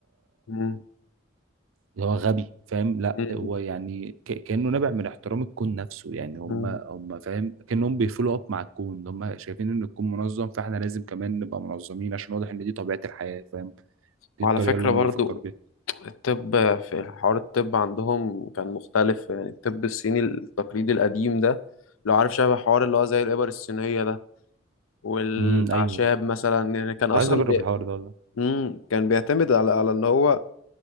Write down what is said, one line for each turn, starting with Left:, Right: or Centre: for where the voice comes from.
Left: مم.
Right: اللي هو غبي فاهم لا
Left: مم.
Right: هو يعني ك- كأنه نابع من احترام الكون نفسه يعني هم
Left: مم.
Right: هم فاهم كأنهم بيفولو اب مع الكون اللي هم شايفين ان الكون منظم فاحنا لازم كمان نبقى منظمين عشان واضح ان دي طبيعة الحياة فاهم دي
Left: وعلى
Right: الطريقة
Left: فكرة
Right: اللي هم
Left: برضو
Right: بيفكروا بيها
Left: الطب في حوار الطب عندهم كان مختلف يعني الطب الصيني التقليدي القديم ده لو عارف شبه حوار اللي هو زي الإبر الصينية ده والأعشاب
Right: امم ايوه
Left: مثلا يعني كان
Right: كنت
Left: أصلا
Right: عايز اجرب
Left: بي...
Right: الحوار ده والله
Left: مم. كان بيعتمد على على إن هو